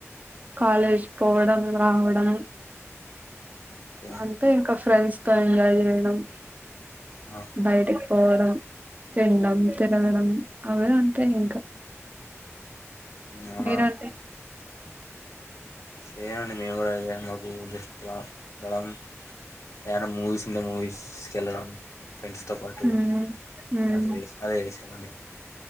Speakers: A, on the right (about 30°); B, on the left (about 80°).
A: కాలేజ్ పోవడం రావడం
B: ఓకే
A: అంతే ఇంకా ఫ్రెండ్స్ తో ఎంజాయ్ చేయడం
B: ఆహా.
A: బయటికి పోవడం తినడం తిరగడం అవే ఉంటాయి ఇంకా
B: అవునా
A: మీరండి
B: చేనండి మేము కూడా చేయండి అదే మాకు జస్ట్ క్లాస్కేళ్ళడం ఏమాన్న మూవీస్ ఉంటే మూవీస్కి వెళ్ళడం ఫ్రెండ్స్ తో పాటు
A: ఉమ్ ఉమ్
B: ఇంకా అదే అదే చేస్తామండి